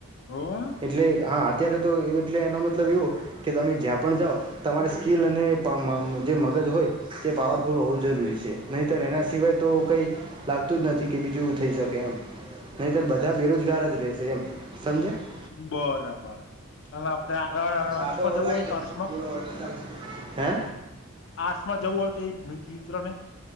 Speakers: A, on the left (about 55°); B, on the right (about 20°).
A: હમ
B: એટલે હા અત્યારે તો એટલે એનો મતલબ એવું કે તમે જ્યાં પણ જાઓ તમારે સ્કીલ અને પમ જે મગજ હોય. કે પાવરફુલ હોવું જરૂરી છે નહીતર એના સિવાય તો કઈ લાગતું જ નથી કે બીજું થઈ શકે એમ નહીતર બધાં બેરોજગાર જ રહેશે એમ સમજયા
A: બરાબર. અને આપડે અ આટૅસ
B: સાદો
A: માં જવું
B: આવી
A: હોય તો
B: જઉં
A: આર્ટસમાં
B: પીળો હોય તો ચાલશે હે
A: આર્ટ્સમાં જવું હોય તો એ મિત્ર ને.